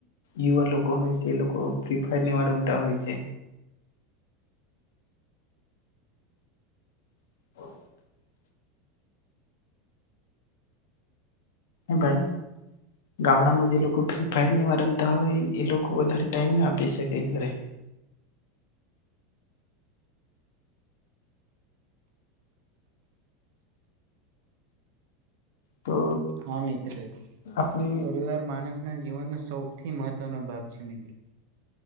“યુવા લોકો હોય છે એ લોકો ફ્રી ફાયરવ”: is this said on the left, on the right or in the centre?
Left